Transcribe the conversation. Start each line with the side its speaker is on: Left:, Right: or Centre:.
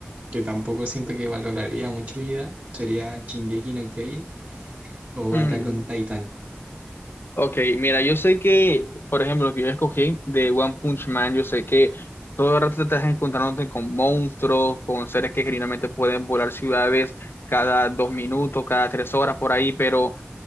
Right: que tampoco siento que valoraría mucho mi vida, sería Shingeki no Kyojin, o
Left: Mm.
Right: Attack on Titan,
Left: Ok, mira, yo sé que, por ejemplo, lo que yo escogí de One Punch Man, yo sé que todo el rato te estás encontrándote con monstruos, con seres que generalmente pueden volar ciudades cada dos minutos, cada tres horas, por ahí, pero